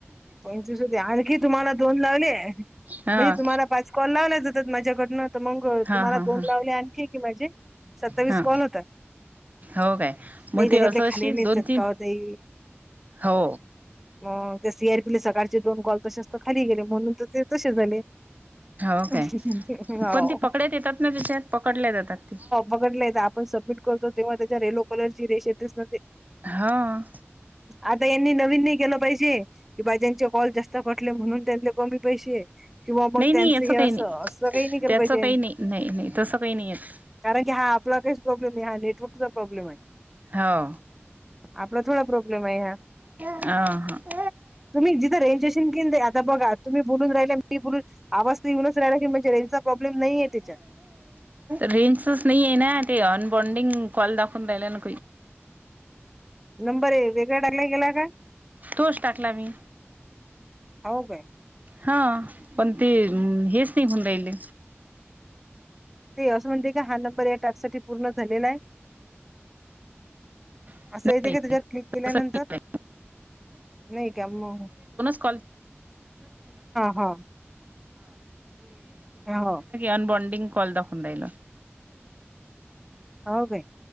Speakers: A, in the centre; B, on the right (about 35°).
A: पंचवीस हो आणखी तुम्हाला दोन लावले म्हणजे
B: हा
A: तुम्हाला पाच कॉल लावल्या जातात माझ्याकडनं तर मग
B: हा
A: तुम्हाला
B: हा
A: दोन
B: हा
A: लावले आणखी की म्हणजे सत्तावीस
B: हा
A: कॉल होतात
B: हो काय मग
A: त
B: ते असं
A: तले
B: असशील
A: खाली नाही
B: दोन
A: झटकाव
B: तीन
A: ताई
B: हो
A: अ त्या सी आर पीले सकाळचे दोन गॉल तसे अस खाली गेले म्हणून तर ते तसे झाले
B: हो
A: हो.
B: काय पण ती पकडत येतात ना तिच्यात पकडल्या जातात ती
A: वगडलंय आपण सबमिट करतो तेव्हा त्याच्या रेलो कलरची रेशेतस नते
B: हो
A: आता यांनी नवीन नाही केलं पाहिजे किं बा त्यांचे कॉल जास्त कटले म्हणून त्यां कमी पैसे किंवा मग त्यांचं
B: नाही याचं
A: हे
B: काही
A: असं
B: नाही
A: असं काही निघेल
B: त्याचं
A: पाहिजे
B: काही नाही नाही नाही तसं काही नाही येत
A: कारण की हा आपला काहीच प्रॉब्लेम नाही हा नेटर्कचा प्रॉब्लेम आहे
B: हो
A: आपला थोडा प्रॉब्लेम आहे ह्या
B: आ हा
A: तुम्ही जिथं रेंजेशन घेन दे आता बघा तुम्ही बोलून राहिला मी बोलून आवाज तर येऊनच राहियला की म्हणजेचा प्रॉब्लेम नाही आहे त्याच्यात
B: रेंजचच नाहीये ना ते अनबॉडिंग कॉल दाखवून राहिला ना
A: नंबर वेगळा टागला गेला का
B: तोष टाकला मी
A: हो काय?
B: हा पण ते हेच नाही होऊन राहिलं
A: ते असं म्हणते काी हा नंबर या टॅपसाठीठी पूर्ण झालेला आहे
B: नाही
A: असं येते की
B: नाही
A: तुझ्यावर क्लिक केल्यानंतर
B: तसं नाही
A: नाही का म
B: द
A: हा. हो
B: अन बनडिंग कॉल दखून राईल
A: हो काय